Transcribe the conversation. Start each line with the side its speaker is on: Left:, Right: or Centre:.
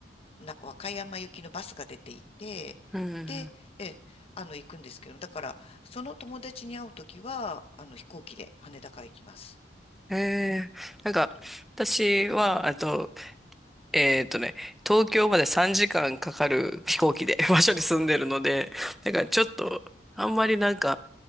Left: なんか和歌山行きのバスが出ていて、
Centre: うん。
Left: で、え、あの、行くんですけど、だから、その友達に会う時は、あの、飛行機で羽田から行きます。
Centre: ええなんか、私は、あと、えっとね、東京まで3時間かんかかる飛行機で <laughs> 場所に住んでるので、だからちょっと、あんまりなんか、